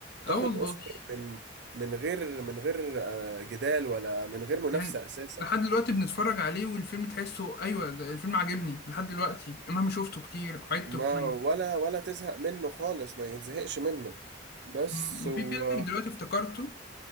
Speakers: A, on the left; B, on the right.
A: أه
B: تاخد
A: والله
B: اوسكار من من غير من غير آه، جدال ولا من غير منافسه
A: يعني
B: اساسا
A: لحد دلوقتي بنتفرج عليه والفيلم تحسه أيوة ده الفيلم عاجبني لحد دلوقتي مهما شفته كتير عدته
B: ما
A: كتير
B: ولا ولا تزهق منه خالص ما يتزهقش منه بس
A: مم. وفي
B: و
A: فيلم دلوقتي افتكرته